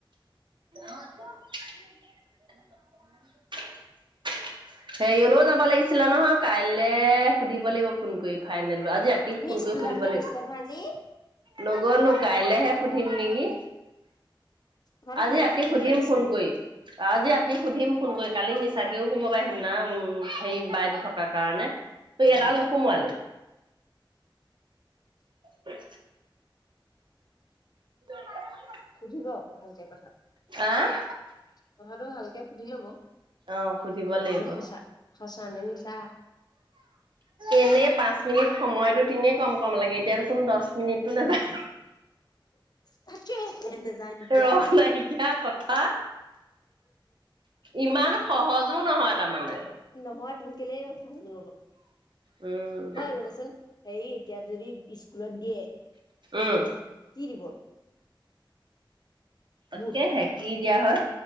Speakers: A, on the right; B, on the left.
A: আ উমম মই অঅমম হেৰিয়লেও যাব লাগিছিলা নহয় কাযলে সুধিব লাগিব ফোন কৰি ফাইনেল আজি ৰাতি
B: আপুনি
A: ফোনকৈ
B: স্কুল
A: সুধিব
B: যাম বুলি
A: লাগিব
B: কৈছিলে নহয় আজি
A: লগৰ লগোক কাইলেহে সুধিম নেকি?
B: কথাটো
A: আজি
B: সোনকালে
A: ৰাতি
B: সুধিব
A: সুধিম
B: লাগিছিলে
A: ফোন কৰি আজি ৰাতি সুধিম ফোন কৰি কালি নিচাকেও কব । াই সেনাা উম সেই বাইদউ থকাৰ কাৰণে ত এয়ৰাাল
B: অ
A: নু সমোৱালে হেই তোৰ মাৰে
B: সুধিব ভালকে কথাটো
A: আহ
B: কথাটো ভালকে সুধি লব
A: অ সুধিব লাগিব
B: বুলি সঁচা সঁচা নে নি চাহ
A: এনে পাচ মিনিট সময়তো তিনে কম কম লাগে এতিয়া কোন দছ মিনিটো নাযায়
B: তাকে নেযায় নোপোৱাই
A: ৰস নাইকিয়া কথা ইমান সহজো নহয়। তাৰ মানে
B: নহত তুমি কেলেই। <unintelligible>
A: উম
B: ৰবাচোন সেই এতিয়া যদি স্কুলত দিয়ে।
A: উম।
B: কি দিবনো
A: তাকে
B: বুট
A: হে কি দিয়া হয়